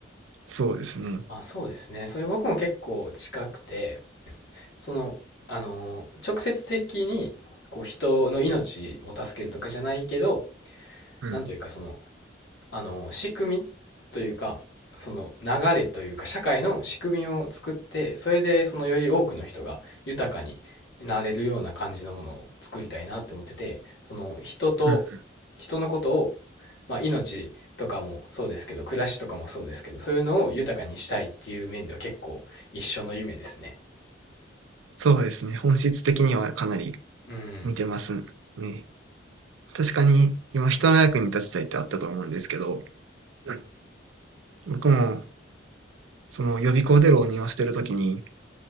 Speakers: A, on the right; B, on the left.
A: そうですね。
B: あ、そうですね。それ僕も結構近くて、その、あのー、直接的に、こう、人の命を助けるとかじゃないけど、
A: うん、
B: なんというか、その、あのー、仕組みというか、その流れというか、社会の仕組みを作って、それで、そのより多くの人が豊かになれるような感じのものを作りたいなって思ってて、その、人と、
A: うん、
B: 人のことを、まあ、命とかもそうですけど、暮らしとかもそうですけど、そういうのを豊かにしたいっていう面では結構一緒の夢ですね。
A: そうですね。本質的にはかなり
B: うん、
A: 似てますね。確かに今人の役に立ちたいってあったと思うんですけど、うん、僕もその予備校で浪人をしてる時に、